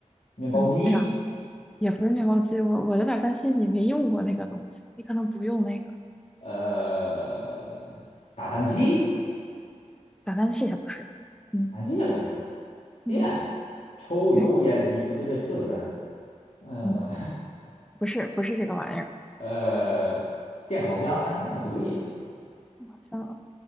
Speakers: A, on the left (about 60°); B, in the centre.
A: 面包机，
B: 嗯，哎呀，也不是面包机，我我有点儿担心你没用过那个东西，你可能不用那个
A: 呃，打蛋器，
B: 打蛋器，也不是，嗯
A: 打蛋器也不是，
B: 嗯，
A: 电的抽油烟机不对，
B: 对，
A: 这四个字儿，嗯
B: 嗯，不是不是这个玩意儿，
A: 呃，<laughs> 呃电烤箱那肯定也不对呀，
B: 好像